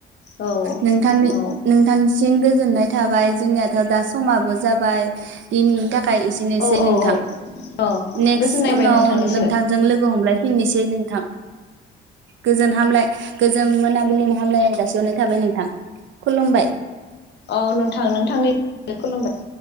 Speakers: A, on the left; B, on the right.
A: औ
B: नोंथांनि
A: औ
B: नोंथांनिसिम गोजोननाय थाबाय जोंनियाथ दा समाबो जाबाय दिनैनि थाखाय एसेनोसै
A: औ औ
B: नोंथां
A: औ
B: नेक्स
A: गोजोननाय थाबाय
B: उनाव
A: नोंथांनिसिमबो
B: नोंथांजों लोगो हमलायफिननोसै नों थां गोजोन हामलाय। गोजोन मोनाबिलिनि हामलायनाय जासिहरनाय थाबाय नोंथां खुलुमबाय।
A: औ नोंथां नोंथांनि खुलुमबाय।